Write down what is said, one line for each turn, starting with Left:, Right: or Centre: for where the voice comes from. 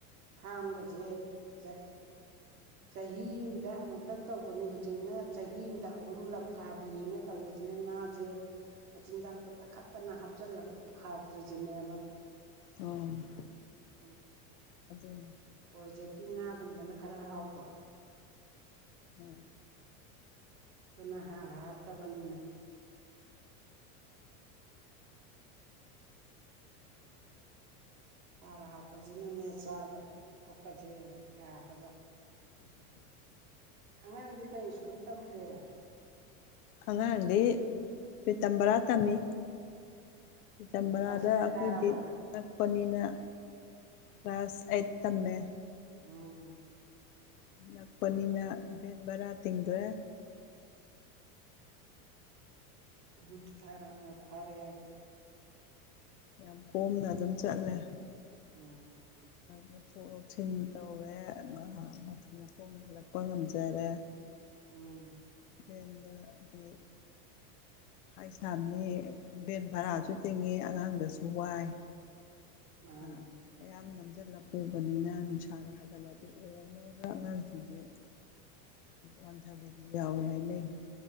Right: ꯐꯥꯔꯝꯒꯁꯦ ꯖ__ ꯆꯍꯤ ꯑꯃꯗ ꯑꯃꯨꯛꯇꯪ ꯇꯧꯕꯅꯦ ꯍꯧꯖꯤꯛꯅ ꯆꯍꯤ ꯑꯃꯗ ꯑꯍꯨꯝꯂꯛ ꯐꯥꯕꯤꯌꯦꯅ ꯇꯧꯕꯁꯤꯅ ꯉꯥꯁꯦ ꯃꯆꯤꯟꯖꯥꯛꯇꯣ ꯇꯛꯈꯠꯇꯅ ꯍꯥꯞꯆꯤꯜꯂꯒ ꯍꯥꯎꯇ꯭ꯔꯤꯁꯤꯅꯦꯕ
Left: ꯎꯝ
Right: ꯎꯝ
Left: ꯑꯗꯨꯅꯤ
Right: ꯄ꯭ꯔꯣꯖꯦꯛꯀꯤ ꯉꯥꯒꯨꯝꯕꯅ ꯈꯔ ꯍꯥꯎꯕ
Left: ꯎꯝ
Right: ꯑꯗꯨꯅ ꯍꯥꯔ ꯍꯥꯞꯇꯕꯅꯤꯅ ꯍꯥꯔ ꯍꯥꯞꯄꯁꯤꯅꯅꯦ ꯆꯥꯕ ꯊꯛꯄꯁꯦ ꯌꯥꯗꯕ
Left: <inaudible>
Right: ꯑꯉꯥꯡꯗꯤ ꯀꯩ ꯁ꯭ꯀꯨꯜ ꯇꯝꯒꯦ
Left: ꯑꯉꯥꯡꯗꯤ ꯄꯤꯇꯝꯕꯔꯥ ꯇꯝꯃꯤ ꯄꯤꯇꯝꯕꯔꯥꯗ
Right: ꯎꯝ ꯀ꯭ꯂꯥꯁ ꯀꯌꯥ
Left: ꯑꯩꯈꯣꯏꯗꯤ
Right: ꯀꯥꯔꯕ
Left: ꯅꯛ ꯄꯅꯤꯅ ꯀ꯭ꯂꯥꯁ ꯑꯩꯠ ꯇꯝꯃꯦ
Right: ꯎꯝ
Left: ꯅꯛꯄꯅꯤꯅ ꯚꯦꯟ ꯚꯔꯥ ꯇꯤꯡꯗ꯭ꯔꯦ
Right: ꯑꯗꯨꯗꯤ ꯊꯥꯏꯅꯥ ꯑꯃ ꯐꯔꯛꯑꯦ
Left: ꯌꯥꯝ ꯀꯣꯝꯅ ꯑꯗꯨꯝ ꯆꯠꯂꯦ
Right: ꯎꯝ
Left: ꯂꯧꯊꯣꯛ ꯂꯧꯁꯤꯟ ꯇꯧꯔꯦ ꯑꯗꯨꯝ ꯃꯈꯣꯡꯅ ꯍꯜꯂꯛꯄ ꯉꯝꯖꯔꯦ
Right: ꯎꯝ
Left: ꯚꯦꯟꯗꯗꯤ ꯍꯥꯏꯁꯥꯝꯅꯤ ꯚꯦꯟ ꯚꯔꯥꯁꯨ ꯇꯤꯡꯉꯤ ꯑꯉꯥꯡꯗꯁꯨ ꯋꯥꯏ
Right: ꯃꯥꯅꯤ
Left: ꯑ ꯃꯌꯥꯝ ꯅꯝꯁꯤꯜꯂ ꯄꯨꯕꯅꯤꯅ ꯅꯨꯡꯁꯥꯒ ꯍꯥꯏꯒꯠꯂꯗꯤ ꯑꯣꯝꯃ ꯍꯧꯖꯤꯛꯀꯟ ꯑꯉꯥꯡꯁꯤꯡꯁꯦ ꯋꯥꯟꯊꯕꯕꯨ ꯌꯥꯎꯋꯦ ꯍꯥꯏꯅꯩ